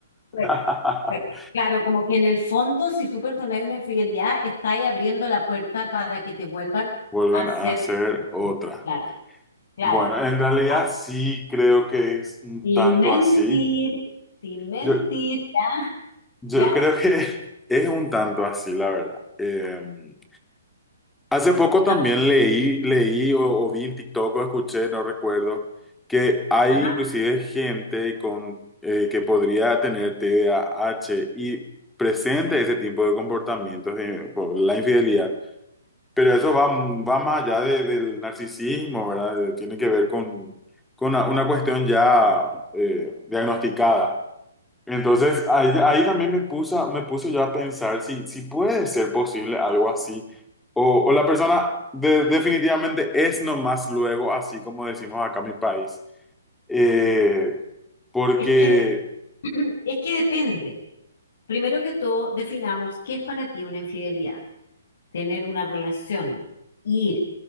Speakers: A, on the left; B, in the centre.
A: pues,
B: <laughs>
A: pues, Claro, como que en el fondo, si tú perdonas una infidelidad, está abriendo la puerta para que te vuelvan
B: Vuelvan
A: a hacer
B: a hacer
A: lo
B: otra.
A: mismo. Claro, claro,
B: Bueno, en realidad
A: claro.
B: sí creo que es un
A: Sin
B: tanto
A: mentir,
B: así.
A: sin mentir,
B: Yo, yo
A: ¿ya?
B: creo que <laughs> es un tanto así, la verdad. Eh, Hace poco también
A: Ah,
B: leí, leí o, o vi en TikTok o escuché, no recuerdo, que hay
A: Ajá.
B: inclusive gente con, eh, que podría tener TDAH y presente ese tipo de comportamientos eh, por la infidelidad. Pero eso va, va más allá de- del narcisismo, ¿verdad? De- Tiene que ver con, con una, una cuestión ya eh, diagnosticada. Entonces, ahí, ahí también me puso, me puso yo a pensar si, si puede ser posible algo así, o, o la persona de- definitivamente es nomás luego, así como decimos acá en mi país. Eh, porque,
A: Es que <clears throat> Es que depende. Primero que todo, definamos qué es para ti una infidelidad. Tener una relación, ir